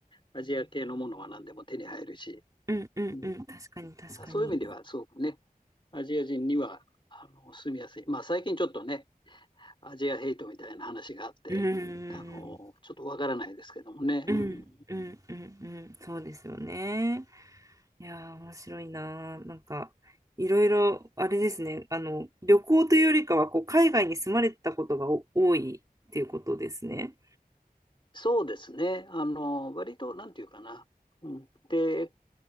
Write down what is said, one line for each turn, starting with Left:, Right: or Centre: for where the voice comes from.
Left: アジア系のものは何でも手に入るし、
Right: うんうんうん確かに確かに
Left: うんそういう意味ではすごくね、アジア人にはあの住みやすい。まあ最近ちょっとね、アジアヘイトみたいな話があって、
Right: うーん
Left: あのちょっとわからないですけどもね、
Right: うんうんうんうんそうですよね
Left: うん、
Right: いやー面白いなーなんかいろいろあれですねあの旅行というよりかはこう海外に住まれてたことがお多いっていうことですね
Left: そうですね、あの割となんていうかな、うん、で、